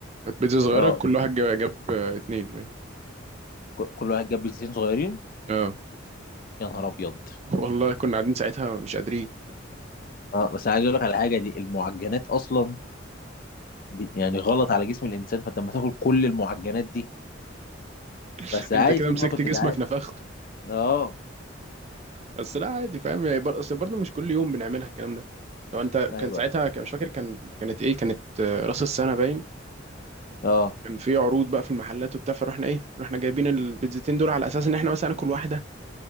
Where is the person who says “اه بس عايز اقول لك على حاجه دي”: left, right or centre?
Left